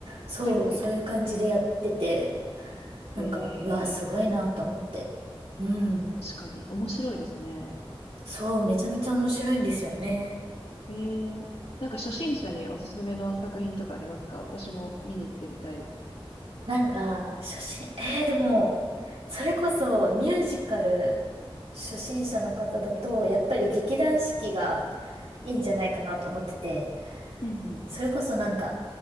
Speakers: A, on the right; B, on the left.
A: そう、
B: はいはい。
A: そういう感じでやってて。なんか、
B: え
A: うわ、すごいなと思って。
B: え、
A: うん。
B: 確かに。面白いですね。
A: そう、めちゃめちゃ面白いんですよね。
B: えーなんか初心者におすすめの作品とかありますか私も見に行ってみたいです。
A: なんか、初心、えー、でも、それこそミュージカル初心者の方だと、やっぱり劇団四季がいいんじゃないかなと思ってて、
B: うんうん。
A: それこそなんか、